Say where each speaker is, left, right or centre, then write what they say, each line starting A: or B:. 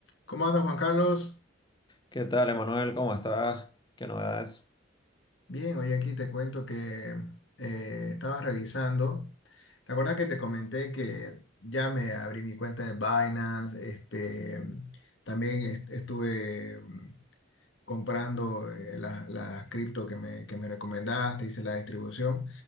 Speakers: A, on the left (about 70°); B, on the left (about 25°).
A: ¿Cómo andas, Juan Carlos?
B: ¿Qué tal, Emanuel? ¿Cómo estás? ¿Qué novedades?
A: Bien, hoy aquí te cuento que eh, estaba revisando. ¿Te acuerdas que te comenté que ya me abrí mi cuenta de Binance? Este, también est- estuve mm, comprando eh, las las cripto que me, que me recomendaste, hice la distribución.